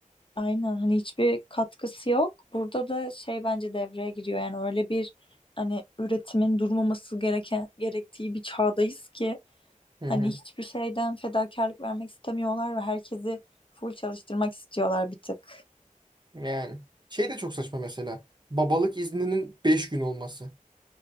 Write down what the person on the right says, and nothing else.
Hı
hı.
Yani şey de çok saçma mesela. Babalık izninin 5 gün olması.